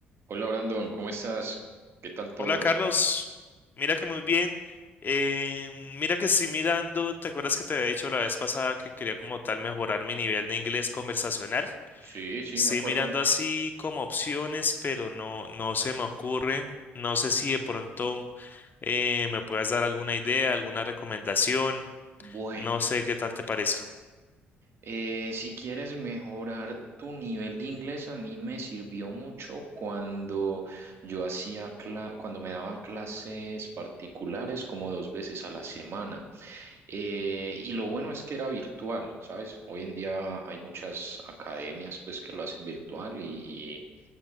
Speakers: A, on the right; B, on the left.
A: Hola Brandon, ¿cómo estás? ¿Qué tal todo?
B: Hola Carlos, mira que muy bien. Eh, mira que estoy mirando, ¿te acuerdas que te había dicho la vez pasada que quería como tal mejorar mi nivel de inglés conversacional?
A: Sí, sí,
B: Estoy
A: me acuerdo.
B: mirando así como opciones, pero no, no se me ocurre. No sé si de pronto eh, me puedas dar alguna idea, alguna recomendación.
A: Bueno,
B: No sé qué tal te parezca.
A: eh, si quieres mejorar tu nivel de inglés, a mí me sirvió mucho cuando yo hacía cla- cuando me daban clases particulares como dos veces a la semana. Eh, y lo bueno es que era virtual, ¿sabes? Hoy en día hay muchas academias pues que lo hacen virtual y,